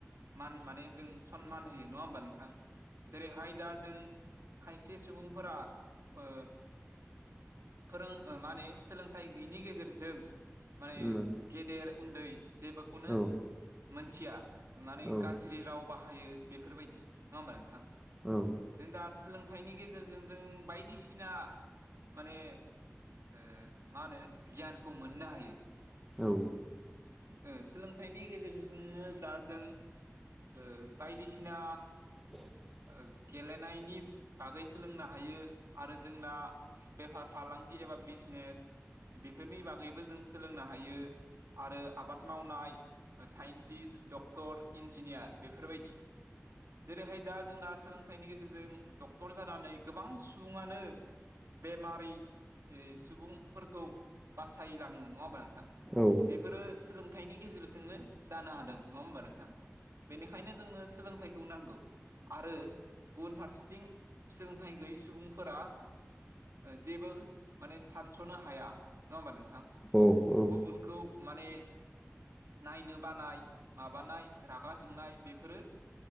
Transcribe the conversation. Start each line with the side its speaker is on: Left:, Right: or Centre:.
Right: मान माने जों। सनमान होयो नङा होमबा नोंथां जेरैहाय दा जों। खायसे सुबुंफोरा ओ, फोरों माने सोलोंथाइ गैयिनि गेजेरजों माने
Centre: उम
Right: गेदेर उन्दै जेबोखौनो
Centre: औ
Right: मोनथिया। माने
Centre: औ
Right: गाज्रि राव बाहायो बेफोरबायदि नङा होमबा नोंथां।
Centre: औ
Right: जों दा सोलोंथाइनि गेजेरजों जों बायदिसिना माने ओ मा होनो गियानखौ मोननो हायो।
Centre: औ।
Right: ओ सोलोंथाइनि गेजेरजोंनो दा जों ओ बायदिसिना।
Centre: <inaudible>
Right: ओ गेलेनायनि बागै सोलोंनो हायो आरो जोंना बेफार फालांगि एबा बिजनेस बेफोरनि बागैबो जों सोलोंनो हायो। आरो आबाद मावनाय साइन्टिस्ट डक्टर इन्जिनियार। बेफोरबायदि। जेरैहाय दा जोंना सोलोंथाइनि गेजेरजों डक्टर जानानै गोबां सुबुङानो बेमारि सुबुंफोरखौ बासायलांङो नङा होमबा नोंथां।
Centre: औ
Right: बेफोरो सोलोंथाइनि गेजेरजोंनो जानो हादों नङा होमबा नोंथां बेनिखायनो जोंनो सोलोंथाइखौ नांगौ आरो गुबुन फारसेथिं। सोलोंथाइ गैयै सुबुंफोरा ओ जेबो माने सानस'नो हाया नङा होमबा नोंथां।
Centre: ओ औ औ
Right: उनखौ माने नायनो बानाय माबानाय रागा जोंनाय बेफोरो